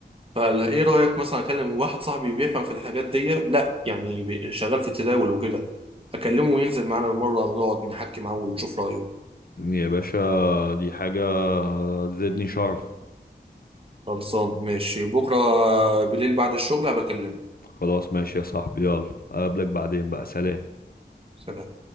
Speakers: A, on the right; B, on the left.
A: فايه رايك مثلا اكلم واحد صاحبي بيفهم في الحاجات دي لا يعني شغال في التداول وكده اكلمه وينزل معانا مره نقعد نحكي معاه ونشوف رايه
B: يا باشا دي حاجة تزيدني شرف
A: خلصان ماشي بكره بالليل بعد الشغل هبكلمه
B: خلاص ماشي يا صاحبي يلا اقابلك بعدين بقى سلام
A: سلام